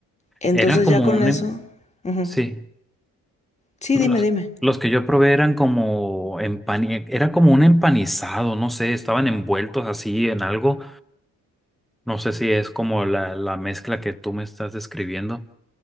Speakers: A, on the left; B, in the centre.
A: Entonces
B: Era como
A: ya con
B: un...
A: eso...
B: em-
A: ujú.
B: Sí.
A: Sí,
B: No,
A: dime,
B: los,
A: dime.
B: los que yo probé eran como empani... Era como un empanizado, no sé, estaban envueltos así en algo. No sé si es como la, la mezcla que tú me estás describiendo,